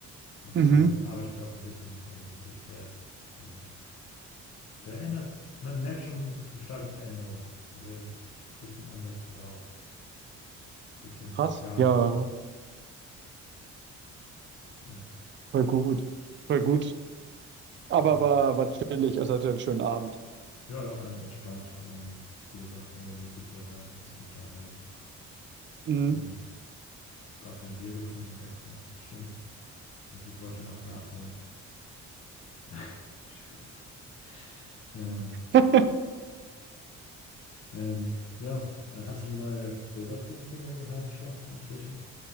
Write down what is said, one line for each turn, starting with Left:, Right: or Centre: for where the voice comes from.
Left: und
Right: Mhm.
Left: arbeit arbeitet auch ein bisschen an sich selbst. Und Der ändert man merkt schon eine starke Veränderung. Also er ist ein bisschen anders drauf, bisschen sozialer.
Right: Krass. Ja,
Left: Ja,
Right: voll gut. Voll gut.
Left: total.
Right: Aber war, war chillig, also hatte einen schönen Abend.
Left: Ja, ja, ganz entspannt. Ähm, wie gesagt, nur Musik gehört, ein bisschen unterhalten.
Right: Mhm.
Left: Ähm, gar kein Bier getrunken gestern. Stimmt. Muss ich heute noch nachholen. <laughs> Scherz. Ähm,
Right: <laughs>
Left: ähm, ja, äh, hast du die neue Silverstein-Single gehört schon inzwischen?